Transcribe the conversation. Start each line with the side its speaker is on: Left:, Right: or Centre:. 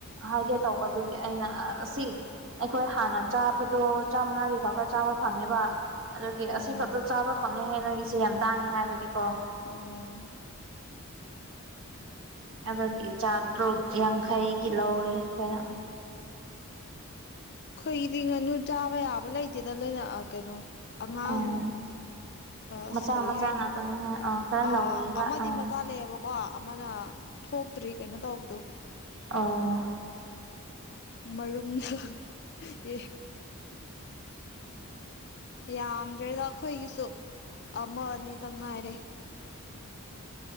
Right: ꯍꯥꯏꯒꯦ ꯇꯧꯕ ꯑꯗꯨꯒꯤ ꯑꯩꯅ ꯑ ꯁꯤ ꯑꯩꯈꯣꯏ ꯍꯥꯟꯅ ꯆꯥꯕꯗꯣ ꯆꯥꯝꯃꯉꯥꯒꯤ ꯈꯛꯇ ꯆꯥꯕ ꯐꯪꯉꯦꯕ ꯑꯗꯨꯒꯤ ꯑꯁꯤ
Left: ꯑꯣ
Right: ꯈꯛꯇ ꯆꯥꯕ ꯐꯪꯉꯦꯍꯦ ꯅꯣꯏꯒꯤꯁꯦ ꯌꯥꯝ ꯇꯥꯡꯉꯦ ꯍꯥꯏꯕꯒꯤꯀꯣ
Left: ꯎꯝ
Right: ꯑꯗꯨꯒꯤ ꯆꯥꯇ꯭ꯔꯨꯛ ꯌꯥꯡꯈꯩꯒꯤ ꯂꯧꯔꯦ ꯀꯩꯅ
Left: ꯈꯣꯏꯒꯤꯗꯤ ꯉꯥꯅꯨ ꯆꯥꯕ ꯌꯥꯕ ꯂꯩꯇꯦꯗ ꯂꯣꯏꯅ ꯑꯥ ꯀꯩꯅꯣ ꯑꯉꯥꯡ
Right: ꯎꯝ
Left: ꯑꯁ
Right: ꯃꯆꯥ
Left: ꯀꯔꯤ
Right: ꯃꯆꯥ
Left: ꯍꯥꯏꯅꯤ
Right: ꯉꯥꯛꯇꯅꯦ ꯍꯥꯏ ꯑꯥ ꯈꯔ ꯅꯧꯔꯤꯕ
Left: ꯑ ꯑꯃꯗꯤ
Right: ꯑꯥ
Left: ꯃꯆꯥ ꯂꯩꯌꯦꯕꯀꯣ ꯑꯃꯅ ꯊꯣꯛꯇ꯭ꯔꯤ ꯀꯩꯅꯣ ꯇꯧꯕꯗꯣ
Right: ꯑꯧ
Left: ꯃꯔꯨꯝꯗꯣ <unintelligible> ꯌꯥꯝꯗ꯭ꯔꯦꯗ ꯑꯩꯈꯣꯏꯒꯤꯁꯨ ꯑꯃ ꯑꯅꯤ ꯇꯪ ꯉꯥꯏꯔꯦ